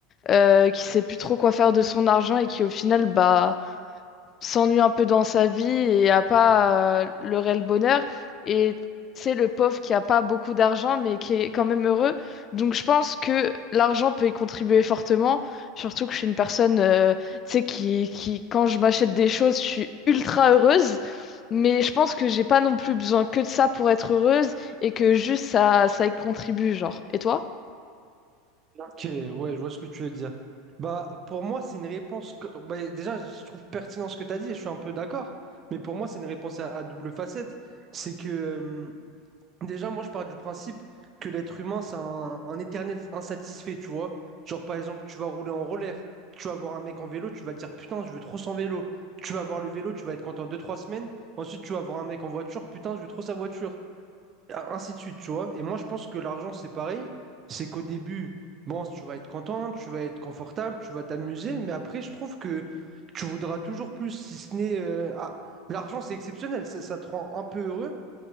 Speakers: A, on the left; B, on the right.
A: euh, qui sait plus trop quoi faire de son argent et qui au final, bah, s'ennuie un peu dans sa vie et a pas euh, le réel bonheur. Et c'est le pauvre qui a pas beaucoup d'argent, mais qui est quand même heureux. Donc je pense que l'argent peut y contribuer fortement. Surtout que je suis une personne, euh, tu sais, qui, qui, quand je m'achète des choses, je suis ultra heureuse. Mais je pense que j'ai pas non plus besoin que de ça pour être heureuse et que juste ça, ça y contribue, genre. Et toi?
B: Ok, ouais, je vois ce que tu veux dire. Bah, pour moi, c'est une réponse que... bah, déjà, je trouve pertinent ce que tu as dit et je suis un peu d'accord, mais pour moi, c'est une réponse à, à double facette. C'est que Déjà, moi, je pars du principe que l'être humain, c'est un, un éternel insatisfait, tu vois. Genre, par exemple, tu vas rouler en roller, tu vas voir un mec en vélo, tu vas te dire, putain, je veux trop son vélo. Tu vas voir le vélo, tu vas être content deux, trois semaines. Ensuite, tu vas voir un mec en voiture, putain, je veux trop sa voiture. Et Ainsi de suite, tu vois. Et moi, je pense que l'argent, c'est pareil. C'est qu'au début, bon, tu vas être content, tu vas être confortable, tu vas t'amuser. Mais après, je trouve que tu voudras toujours plus, si ce n'est... euh, ah, l'argent, c'est exceptionnel, ça ça te rend un peu heureux.